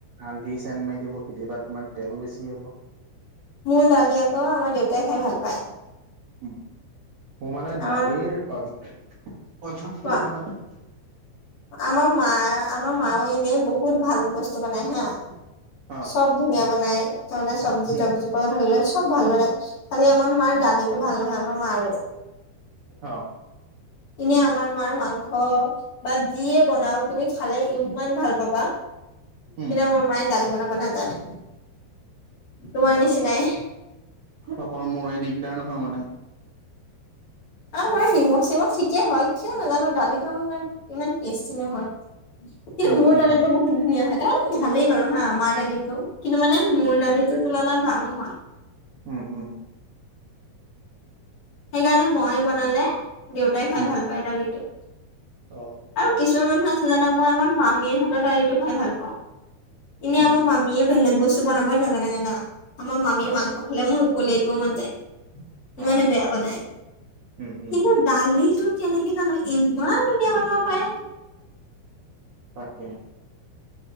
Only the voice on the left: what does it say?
মোৰ ডালি আ ক আমাৰ দেউতাই খাই ভাল পায়
আমাৰ
কোৱা
আমাৰ মা আমাৰ মাও এনে বহুত ভাল বস্তু বনাই হা
চব ধুনীয়া বনাই তাৰমানে চব্জি
তবজি প ধ ল চব ভাল বনাই খালি আমাৰ মাৰ দালিতো ভাল নহয় আমাৰ মাৰো
এনে আমাৰ মাৰ মাংস বা যিয়ে বনাও তুমি খালে ইমান ভাল পাবা কিন্ত
আমাৰ মায়ে দালি বনাব নাজানে তোমাৰ
নিচিনাই
আ মাৰে নিমখ চিমখ ঠিকে হয় কিয় নাজানো দালিখন মাৰ ইমান টেষ্টি নহয় কিন্তু
মোৰ
দালিটো বহুত ধুনীয়া হয় তাক ভালেই বাৰু হা আ মাৰ দালিটো কিন্তু মানে মোৰ দালিটোৰ তুলনাত ভাল নহয়
সেইকাৰণে মই বনালে, দেউতাই খাই
ভাল পায় দালিটো।
আৰু কিছুমান মানুহ আছে যানা মই আমাৰ মামীৰ হাতৰ দলিটো খাই ভাল পাও। ইনে
আমাৰ মামীয়ে বেলেগ বস্তু বনাবই নাজানে জানা। আমাৰ মামিৰ
মাংস খালে মোৰ উকলিয়াই দিব মন যায়। ইমানে
বেয়া বনায়।
কিন্তু দালিটো কেনেকে জানো ইমান ধুনীয়া বনাব পাৰে।